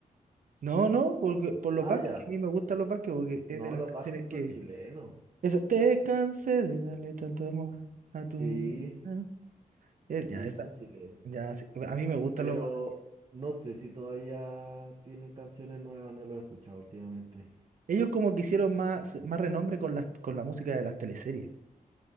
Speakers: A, on the right; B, on the right.
A: No, no, porque, por los
B: Ah,
A: Vázquez,
B: ya.
A: que a mí me gustan los Vázquez, porque es
B: No,
A: de las
B: los
A: canciones
B: Vázquez
A: que...
B: son chilenos.
A: Esa, te cansé de darle tanto amor a
B: Sí,
A: tu... ah", eh,
B: sí,
A: ya, esa,
B: son chilenos.
A: ya, sí, a mí me gustan
B: Pero
A: los Vázquez.
B: no sé si todavía tienen canciones nuevas, no lo he escuchado últimamente.
A: Ellos como que hicieron más, más renombre con las, con la música de las teleseries.